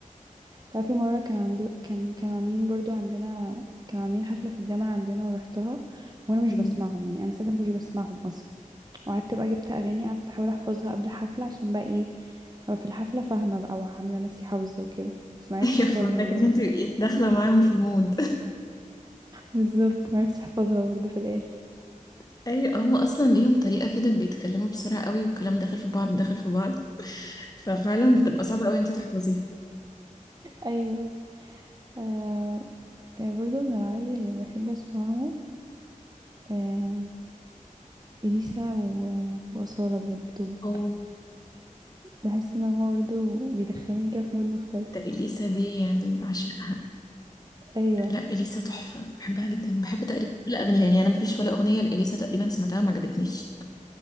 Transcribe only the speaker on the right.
تعرفي مرة كان عنده كان كانوا عاملين برضو عندنا كانوا عاملين حفلة في الجامعة عندنا ورحتها وانا مش
بسمعهم
يعني انا ساعتها ما كنتش بسمعهم اصلا وقعدت بقى جبت اغاني قعدت احاول احفظها قبل الحفلة عشان بقى ايه ابقى في الحفلة فاهمة بقى وعاملة نفسي حافظة وكده بس ما عرفتش
احفظهم
برضه
<laughs>
بالظبط ما عرفتش احفظها برضه في الاخر
ايوه آه آه، برضه من العربي اللي بحب اسمعه آه اليسا و- واصالة بجد توب
بحس ان هما برضه بيدخلوني كده في مود مختلف
ايوه